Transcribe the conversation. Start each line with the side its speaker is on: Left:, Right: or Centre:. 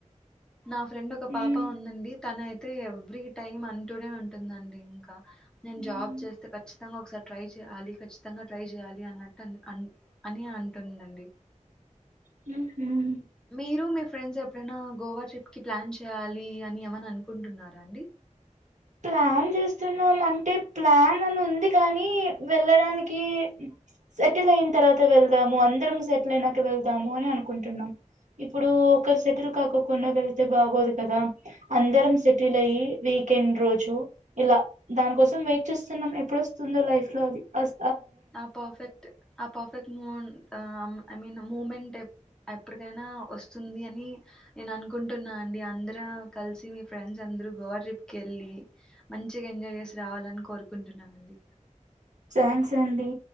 Centre: నా ఫ్రెండ్ ఒక
Right: ఉమ్
Centre: పాప ఉందండి. తనయితే ఎవ్రీ టైమ్ అంటూనే ఉంటుందండి ఇంకా. నేను
Right: ఉమ్
Centre: జాబ్ చేస్తే కచ్చి ఖచ్చితంగా ఒకసారి ట్రై చేయాలి ఖచ్చితంగా ట్రై చేయాలి అన్నట్టు అను అని అంటుందండి. వేయ్
Right: హూ ఉమ్.
Centre: మీరు మీ ఫ్రెండ్స్ ఎప్పుడైనా గోవా ట్రిప్కి ప్లాన్ చేయ్యాలి అని ఏమన్నా అనుకుంటున్నారా అండి.
Right: ప్లాన్ చేస్తున్నాం అంటే ప్లాన్ అని ఉంది కానీ వెళ్ళడానికి సెటిల్ అయిన తర్వాత వెళ్దాము అందరం సెటిల్ అయినాక వెళ్దాము అని అనుకుంటున్నాం. ఇప్పుడు ఒకరు సెటిల్ కాకోకుండా వెళ్తే బాగోదు కదా అందరం సెటిల్ అయి వీకెండ్ రోజు. ఇలా దాని కోసం వెయిట్ చేస్తున్నాం ఏ ఎప్పుడు వస్తుందో లైఫ్ లో అస్
Centre: ఆ పర్ఫెక్ట్ ఆ పర్ఫెక్ట్ మూవ్ ఆ ఐ మీన్ మూమెంట్ ఎప్పటికైనా వస్తుంది అని నేను అనుకుంటున్నా అండి అందర కలిసి మీ ఫ్రెండ్స్ అందరుూ గోవా ట్రిప్కి వెళ్ళి మంచిగా ఎంజాయ్ చేసి రావాలని కోరుకుంటున్నానండి
Right: థ్యాంక్స్ అండి